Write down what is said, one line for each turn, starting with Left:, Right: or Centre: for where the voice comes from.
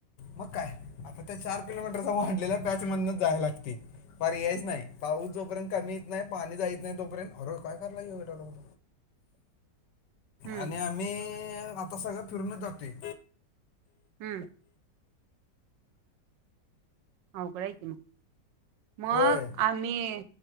Left: मग काय आता त्या चार किलोमीटरचा मांडलेला त्याच म्हधूनच जाय लागते. पर्यायच नाही पाऊस जोपर्यंत कमी येत नाही पाणी जायत नाही तोपर्यंत हर काय कला येेऊेटला <inaudible>
Right: <inaudible> हम्म
Left: आणि आम्ही आता सगळं फिरूनच जाते.
Right: हम्म अव काय क मग मग
Left: होय
Right: आम्ही